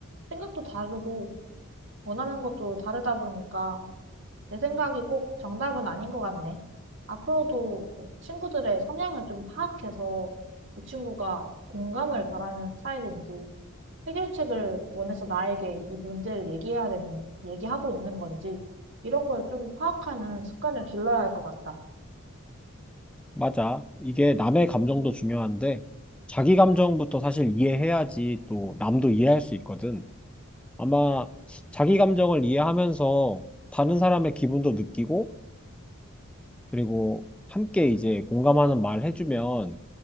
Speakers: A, on the right (about 60°); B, in the centre.
A: 생각도 다르고 원하는 것도 다르다 보니까 내 생각이 꼭 정답은 아닌 것 같네. 앞으로도 그 친구들의 성향을 좀 파악해서 그 친구가 공감을 바라는 스타일인지, 해결책을 원해서 나에게 이 문제를 얘기해야 되는, 얘기하고 있는 건지, 이런 걸 좀 파악하는 습관을 길러야 할 것 같다.
B: 맞아. 이게 남의 감정도 중요한데 자기 감정부터 사실 이해해야지 또 남도 이해할 수 있거든. 아마 자기 감정을 이해하면서 다른 사람의 기분도 느끼고 그리고 함께 이제 공감하는 말 해주면